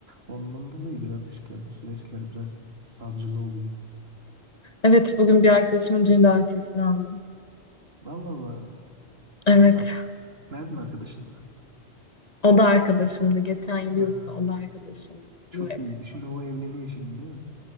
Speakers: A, on the right (about 60°); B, on the left (about 35°).
A: Ondan dolayı biraz işte bu süreçler biraz sancılı oluyor.
B: Evet bugün bir arkadaşımın düğün davetiyesini aldım.
A: Allah Allah.
B: Evet.
A: Arka... Nereden arkadaşın?
B: O da arkadaşımdı. Geçen
A: Aa,
B: yıl yurtta o da arkadaşımdı.
A: çok
B: Bu yıl evleniyor.
A: iyi. Düşün o evleniyor şimdi değil mi?